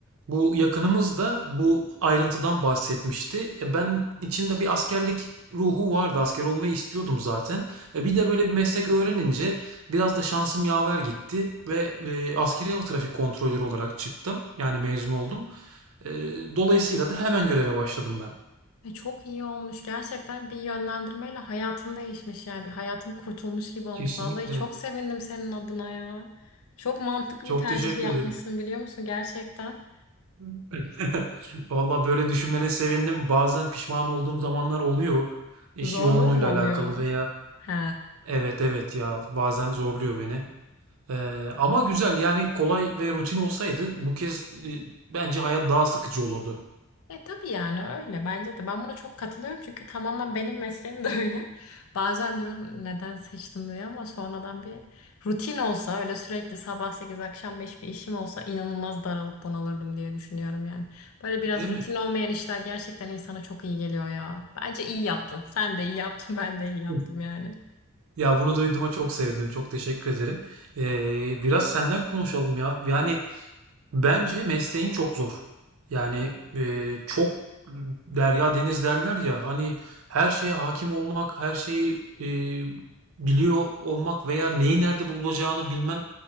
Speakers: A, on the right; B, on the left.
A: Bu yakınımız da bu ayrıntıdan bahsetmişti. E ben içimde bir askerlik ruhu vardı. Asker olmayı istiyordum zaten. E bir de böyle bir meslek öğrenince biraz da şansım yaver gitti ve e, askeri hava trafik kontrolörü olarak çıktım. Yani mezun oldum. E, dolayısıyla da hemen göreve başladım ben.
B: E, çok iyi olmuş. Gerçekten bir yönlendirmeyle hayatın değişmiş yani. Bir hayatın kurtulmuş gibi olmuş.
A: Kesinlikle.
B: Vallahi çok sevindim senin adına ya. Çok mantıklı
A: Çok
B: bir tercih
A: teşekkür
B: yapmışsın
A: ederim.
B: biliyor musun? Gerçekten.
A: <laughs> Valla böyle düşünmene sevindim. Bazen pişman olduğum zamanlar oluyor. İş
B: Zorluğu
A: yoğunluğuyla
B: mu oluyor?
A: alakalı veya
B: He.
A: evet evet ya bazen zorluyor beni. Ee, ama güzel yani kolay ve rutin olsaydı bu kez e, bence hayat daha sıkıcı olurdu.
B: E tabii yani öyle bence de ben buna çok katılıyorum çünkü tamamen benim mesleğim de <laughs> öyle. Bazen diyorum neden seçtim diye ama sonradan bir rutin olsa öyle sürekli sabah 8 akşam 5 bir işim olsa inanılmaz daralıp bunalırdım diye düşünüyorum yani. Böyle
A: Değil
B: biraz rutin
A: mi?
B: olmayan işler gerçekten insana çok iyi geliyor ya. Bence iyi yaptın. Sen de iyi yaptın, ben de iyi yaptım
A: Hı.
B: yani.
A: Ya bunu duyduğuma çok sevindim. Çok teşekkür ederim. Ee, biraz senden konuşalım ya. Yani bence mesleğin çok zor. Yani e, çok e, derya deniz derler ya hani her şeye hakim olmak, her şeyi e, biliyor olmak veya neyi nerede bulacağını bilmen